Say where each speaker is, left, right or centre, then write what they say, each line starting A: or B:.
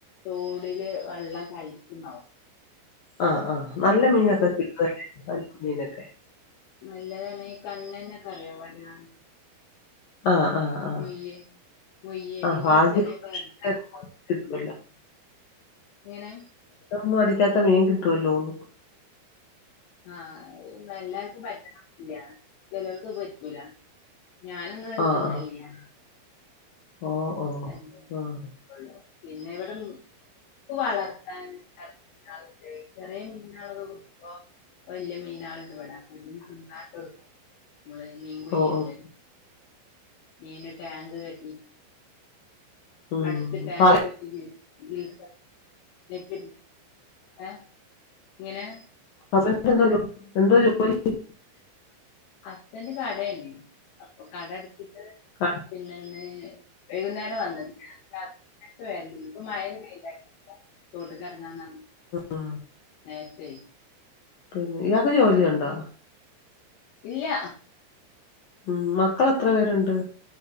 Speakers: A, on the left; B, on the left.
A: തോടില് വെള്ളം കലിക്കുണ്ടാവോ
B: ആ ആ നല്ല മീനൊക്കെ കിട്ടുവല്ലേ വലിയ മീനൊക്കെ?
A: നല്ലത് തന്നെ ഈ കണ്ണന്നൊക്കെ അറിയോ വരാ
B: ആഹ് ആഹ് ആഹ്
A: മൊയ്യേ മൊയ്യേ
B: ആഹ്
A: പിന്നെ
B: ഭാഗ്യം
A: ഈ ചെറിയ <unintelligible> ഇണ്ടാവും
B: <unintelligible>
A: എങ്ങനെ
B: ഒന്നും അടിക്കാത്ത മീൻ കിട്ടുവല്ലോന്ന്
A: ആ എല്ലാർക്കും പറ്റണംന്നില്ല ചെലോൽക്ക് അത് പറ്റൂല. ഞാനൊന്നും അത്
B: ആഹ്
A: തിന്നലില്ല
B: ആഹ് ഓഹ്
A: <unintelligible>
B: ഓഹ് ആഹ്
A: പിന്നെ ഇവിടെ മൂ ക്ക് വളർത്താൻ <unintelligible> ചെറിയ മീനള്ളത് കൊണ്ടിപ്പോ വല്യ മീനാളുണ്ടിവിടെ <unintelligible> മീൻ കൊയുല്ലേ
B: ഓഹ് ഓഹ്
A: മീന് ടാങ്ക് കെട്ടി,
B: ഉം
A: അടുത്ത് ടാങ്ക് കെട്ടി <unintelligible> ആ എങ്ങനേ?
B: <unintelligible>
A: ഹസ്ബന്റ് കടയാന് അപ്പൊ കട അടച്ചിട്ട്
B: ആ,
A: പിന്നെന്ന് വൈകുന്നേരം വന്ന് <unintelligible> ഇപ്പ മയ ഒന്ന് പെയ്താരുന്നു <unintelligible> <unintelligible>
B: ഉം
A: നേരത്തേ
B: പിന്നെ ഇയാക്ക് ജോലിയൊണ്ടോ?
A: ഇല്ല
B: ഉം മക്കളെത്ര പേരൊണ്ട്?